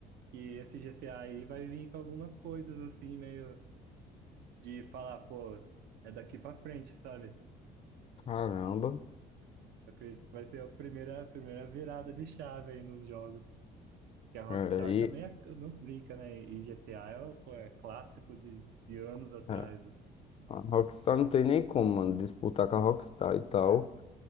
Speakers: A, on the right; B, on the left.
A: que esse GTA aí vai vir com algumas coisas, assim, meio de falar, pô, é daqui pra frente, sabe?
B: Caramba,
A: Eu acredito que vai ser a primeira, a primeira virada de chave aí nos jogos. que a Rockstar
B: é, e,
A: também é- não brinca, né? E GTA é, o- pô, é clássico de, de anos atrás,
B: é,
A: né?
B: a Rockstar não tem nem como, mano, disputar com a Rockstar e tal.
A: É,